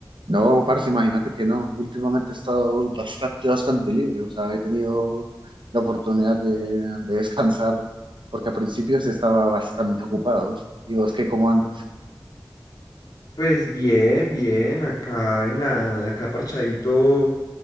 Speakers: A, on the right (about 80°); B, on the left (about 50°).
A: No, parce, imagínate que no. Últimamente he estado bastante, bastante libre. O sea, he tenido la oportunidad de, de descansar porque al principio sí estaba bastante ocupado. ¿Y vos qué, cómo andas?
B: Pues bien, bien. Acá en la, acá parchadito